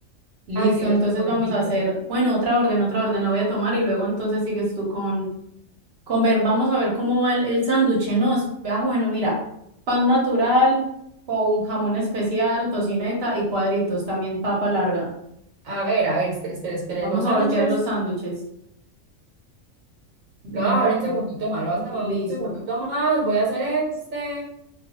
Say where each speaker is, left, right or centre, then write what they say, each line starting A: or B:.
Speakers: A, on the right (about 55°); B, on the right (about 85°).
A: Listo,
B: Ay, Dios
A: entonces
B: mío,
A: vamos
B: bendito.
A: a hacer, bueno, otra orden, otra orden, la voy a tomar y luego entonces sigues tú con, con ver, vamos a ver cómo va el, el sándwich, ¿no? es, Ah, bueno, mira, pan natural con jamón especial, tocineta y cuadritos, también papa larga.
B: A ver, a ver, espera, espera, espera.
A: Vamos
B: Los
A: a
B: sándwiches,
A: voltear los sándwiches. Mm,
B: lo voy a dejar
A: Bueno.
B: un segundito más, lo voy a sacar
A: Listo.
B: un segundito más. Voy a hacer este,